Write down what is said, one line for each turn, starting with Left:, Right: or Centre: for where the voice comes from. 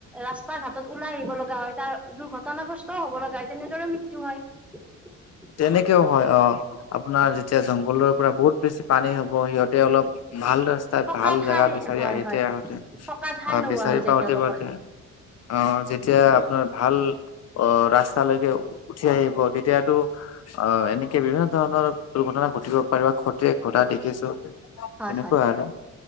Centre: ৰাস্তা ঘাটত ওলাই আহিব লগা হয়। তাৰ দুৰ্ঘটনাগ্ৰস্ত হব লগা হয় তেনেদৰে মৃত্যু হয়।
Left: তেনেকেও হয় অ আপোনাৰ যেতিয়া জংঘলৰ পৰা বহুত বেছি পানী হ'ব সিহঁতে অলপ- ভাল ৰাস্তাত
Centre: থকা
Left: ভাল
Centre: ঠাই
Left: জেগা বিচাৰি
Centre: হয়
Left: আহিতে
Centre: হয়
Left: আহোঁতে
Centre: থকা ঠাই
Left: আহ
Centre: নোহোৱা
Left: বিচাৰি
Centre: হৈ যায়
Left: পাওতে
Centre: তেওঁলোকৰ
Left: পাওঁতে - অ যেতিয়া আপোনাৰ ভাল অ ৰাস্তালৈকে- উঠি আহিব তেতিয়াতো অ এনেকে বিভিন্ন ধৰণৰ দুৰ্ঘটনা ঘটিব পাৰে ঘতে - দেখিছোঁ তেনেকুৱা
Centre: হয় হয়
Left: আৰু-